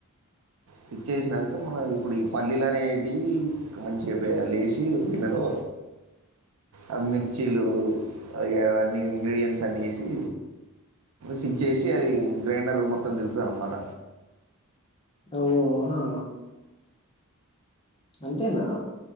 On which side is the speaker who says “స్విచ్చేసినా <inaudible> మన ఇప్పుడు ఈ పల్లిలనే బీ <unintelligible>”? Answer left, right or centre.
Right